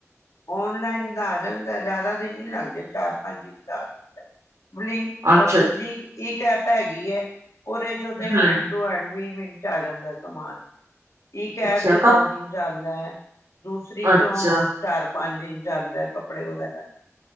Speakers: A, on the left; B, on the right.
A: ਓਨਲਾਈਨ ਦਾ ਆ ਜਾਂਦਾ ਜ਼ਿਆਦਾ ਦਿਨ ਨਹੀਂ ਲੱਗਦੇ ਚਾਰ ਪੰਜ ਦਿਨ ਦਾ ਆ ਜਾਂਦਾ ਬਲੀ
B: ਅੱਛਾ
A: ਔਰ ਦੂਜੀ ਇੱਕ ਐਪ ਹੈਗੀ ਹੈ ਉਹਦੇ ਚ ਹੈਂਡ
B: ਹਮ
A: ਟੂ ਹੈਂਡ ਵੀ ਮ ਆ ਜਾਂਦਾ ਸਮਾਨ ਇਹ ਐਪ
B: ਅੱਛਾ
A: ਚੋਂ
B: ਕੱਪ
A: ਦੋ ਦਿਨ ਚ ਰ ਦ ਦੂਸਰੀ
B: ਅੱਛਾ
A: ਚੋਂ ਚਾਰ ਪੰਜ ਦਿਨ ਚੱਲਦਾ ਕੱਪੜੇ ਵਗੈਰਾ ਦੀ